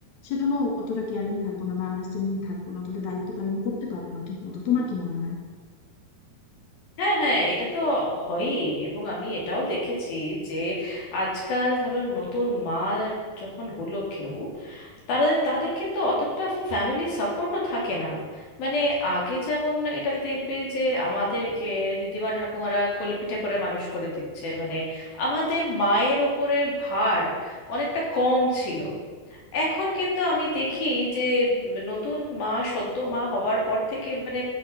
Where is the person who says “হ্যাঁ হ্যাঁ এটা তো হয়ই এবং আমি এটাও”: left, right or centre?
Left